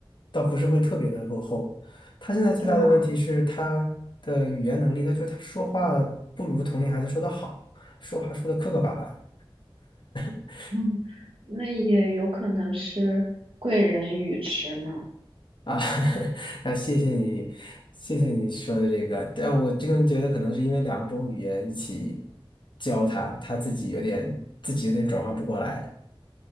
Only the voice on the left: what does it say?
倒不是会特别的落后。他现在最大的问题是他的语言能力，
他就他说话不如同龄孩子说的好。说话说的磕磕巴巴的 <laughs>
啊，<laughs> 啊，谢谢你，谢谢你说的这个，但我真的觉得可能是因为两种语言一起教他，他自己有点自己有点转换不过来。